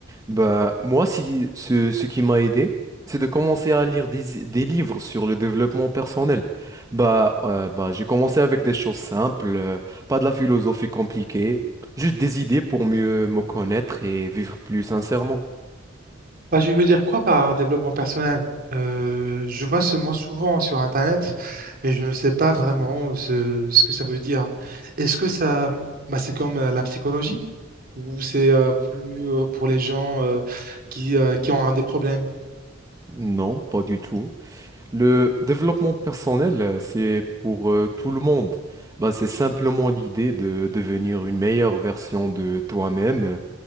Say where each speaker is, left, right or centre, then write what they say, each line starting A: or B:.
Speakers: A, on the right (about 15°); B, on the right (about 45°).
A: Bah, moi, si, ce, ce qui m'a aidé, c'est de commencer à lire des, des livres sur le développement personnel. Bah, euh, bah, j'ai commencé avec des choses simples, euh, pas de la philosophie compliquée, juste des idées pour mieux me connaître et vivre plus sincèrement.
B: Bah, je veux dire quoi par développement personnel? Euh, je vois ce mot souvent sur Internet, mais je ne sais pas vraiment ce, ce que ça veut dire. Est-ce que ça, bah, c'est comme euh, la psychologie ou c'est euh, plus euh, pour les gens euh, qui, euh, qui ont un des problèmes?
A: Non, pas du tout. Le développement personnel, euh, c'est pour euh, tout le monde. Bah, c'est simplement l'idée de devenir une meilleure version de toi-même